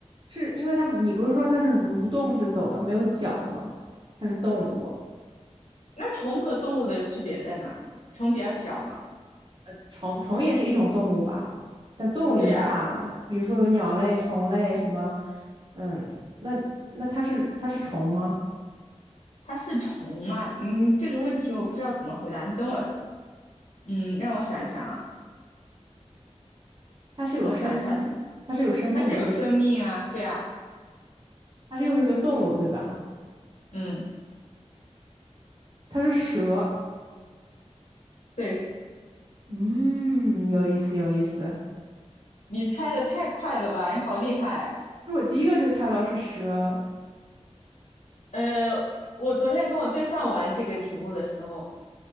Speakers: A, on the right; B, on the left.
A: 是因为它，你不是说它是蠕动着走的，没有脚吗？它是动物。
B: 那虫和动物的区别在哪儿？虫比较小嘛。
A: 呃，虫虫也是一种动物吧，但动物里面大了，
B: 对呀，
A: 比如说有鸟类、虫类什么，嗯，那那它是它是虫吗？
B: 它是虫吗？嗯，这个问题我不知道怎么回答。你等我，嗯，让我想一想啊，
A: 它是有生它是有生命的，
B: 我想一下它，它是有生命啊，
A: 对，
B: 对啊，
A: 它是又是个动物，对吧？
B: 嗯，
A: 它是蛇，
B: 对，
A: 嗯，有意思有意思，
B: 你猜的太快了吧，你好厉害。
A: 这我第一个就猜到是蛇了，
B: 呃，我昨天跟我对象玩这个题目的时候，